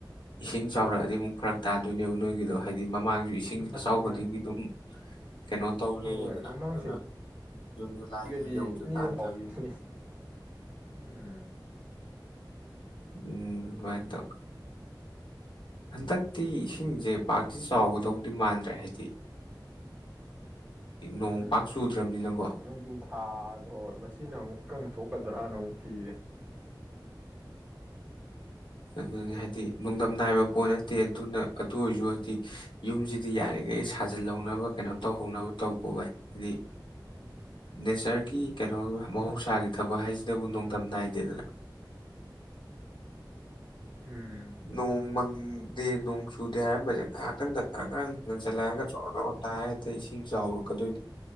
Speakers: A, on the left; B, on the right.
A: ꯏꯁꯤꯡ
B: ꯎꯝ
A: ꯆꯥꯎꯔꯛꯑꯗꯤ ꯑꯃꯨꯛ ꯐꯔꯛ ꯇꯥꯗꯣꯏꯅꯦꯕ ꯅꯣꯏꯒꯤꯗꯣ ꯍꯥꯏꯗꯤ ꯃꯃꯥꯒꯤ ꯏꯁꯤꯡ
B: ꯃꯥꯅꯤ
A: ꯑꯆꯥꯎ ꯈꯨꯗꯤꯡꯒꯤ
B: ꯃꯥꯅꯤ
A: ꯑꯗꯨꯝ ꯀꯩꯅꯣ ꯇꯧ ꯂꯩꯔꯗꯅ
B: ꯍꯣꯏ ꯃꯃꯥꯡ
A: ꯑꯗꯨꯅ ꯖꯨꯟ ꯖꯨꯂꯥꯏꯁꯤ
B: ꯆꯍꯤꯒꯗꯤ
A: ꯌꯧꯗ꯭ꯔꯤꯀꯥꯟꯗ
B: ꯑꯅꯤꯔꯛ ꯐꯥꯎꯏꯅꯤ ꯎꯝ
A: ꯎꯝ ꯑꯗꯨꯃꯥꯏ ꯇꯧꯋꯦ ꯍꯟꯗꯛꯇꯤ ꯏꯁꯤꯡꯁꯦ ꯄꯥꯛꯇꯤ ꯆꯥꯎꯒꯗꯧꯗꯤ ꯃꯥꯟꯗ꯭ꯔꯦ ꯍꯥꯏꯗꯤ ꯅꯣꯡ
B: ꯎꯝ
A: ꯄꯥꯛ ꯆꯨꯗ꯭ꯔꯕꯅꯤꯅꯀꯣ
B: ꯅꯣꯡꯖꯨ ꯊꯥꯗ ꯃꯁꯤꯅ ꯑꯃꯨꯛ ꯏꯀꯪ ꯊꯣꯛꯀꯗ꯭ꯔꯥꯅ ꯑꯃꯨꯛ ꯀꯤꯔꯦ
A: ꯑꯗꯨꯅꯤ ꯍꯥꯏꯗꯤ ꯅꯨꯡꯗꯝ ꯅꯥꯏꯕ ꯄꯣꯠ ꯅꯠꯇꯦ ꯑꯗꯨꯅ ꯑꯗꯨ ꯑꯣꯏꯔꯁꯨ ꯍꯥꯏꯗꯤ ꯌꯨꯝꯁꯤꯗꯤ ꯌꯥꯔꯤꯉꯩ ꯁꯥꯖꯤꯜꯍꯧꯅꯕ ꯀꯩꯅꯣ ꯇꯧꯍꯧꯅꯕ ꯇꯧꯀꯣꯚꯥꯏ ꯍꯥꯏꯗꯤ ꯅꯦꯆꯔꯒꯤ ꯀꯩꯅꯣꯒꯤ ꯃꯍꯧꯁꯥꯒꯤ
B: ꯃꯥꯅꯤ ꯃꯥꯅꯤ
A: ꯊꯕꯛ ꯍꯥꯏꯁꯤꯗꯕꯨ ꯅꯣꯡꯗꯝꯝ ꯅꯥꯏꯗꯦꯗꯅ
B: ꯎꯝ
A: ꯅꯣꯡ ꯃꯪꯗꯦ ꯅꯣꯡ ꯆꯨꯗꯦ ꯍꯥꯏꯔꯝꯕꯁꯦ ꯈꯤꯇꯪꯗ ꯈꯔ ꯈꯔ ꯅꯟꯁꯤꯜꯂꯛꯑꯒ ꯆꯣꯔ ꯔ ꯇꯥꯔꯦ ꯏꯁꯤꯡ ꯆꯥꯎꯔꯛꯀꯗꯣꯏꯅꯤ